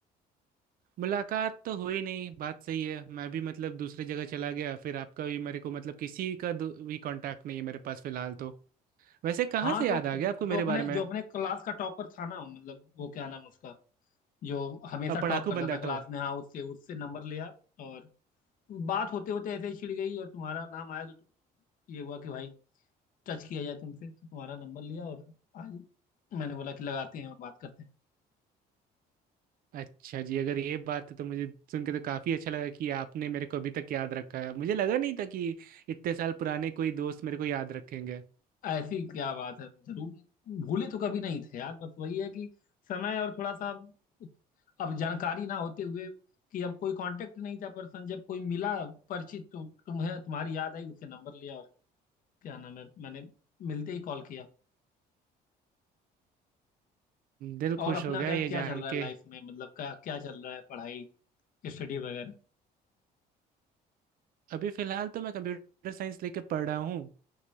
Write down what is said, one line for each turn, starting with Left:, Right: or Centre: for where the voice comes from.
Right: मुलाकात तो हुई नहीं बात सही है मैं भी मतलब दूसरी जगह चला गया फिर आपका भी मेरे को मतलब किसी का दू- भी कांटेक्ट नहीं है मेरे पास फिलहाल तो वैसे कहाँ
Left: हाँ
Right: से
Left: तो
Right: याद आ
Left: जो,
Right: गया आपको
Left: जो
Right: मेरे
Left: अपने
Right: बारे
Left: जो
Right: में
Left: अपने क्लास का टॉपर था ना मतलब वो क्या नाम उसका जो हमेशा
Right: अब पढ़ाकू
Left: टॉप करता
Right: बंदाठो
Left: था क्लास में हाँ उससे उससे नंबर लिया और बात होते होते ऐसे ही छिड़ गई और तुम्हारा नाम आया तो तुम ये हुआ कि भाई टच किया जाए तुमसे तो तुम्हारा नंबर लिया और आज मैंने बोला कि लगाते हैं और बात करते हैं
Right: अच्छा जी अगर ये बात है तो मुझे सुन के तो काफ़ी अच्छा लगा कि आपने मेरे को अभी तक याद रखा है मुझे लगा नहीं था कि इतने साल पुराने कोई दोस्त मेरे को याद रखेंगे
Left: ऐसी क्या बात है जरूर भूले तो कभी नहीं थे यार बस वही है कि समय और थोड़ा सा अब जानकारी ना होते हुए कि अब कोई कांटेक्ट नहीं था पर्सन जब कोई मिला परिचित तो तुम्हें तुम्हारी याद आई उससे नंबर लिया और क्या नाम है मैंने मिलते ही कॉल किया
Right: दिल
Left: और
Right: खुश
Left: अपना
Right: हो गया
Left: क्या
Right: ये
Left: क्या
Right: जान
Left: चल रहा है
Right: के
Left: लाइफ में मतलब क्या क्या चल रहा है पढ़ाई स्टडी वगैरह
Right: अभी फिलहाल तो मैं कंप्यूटर साइंस लेके पढ़ रहा हूँ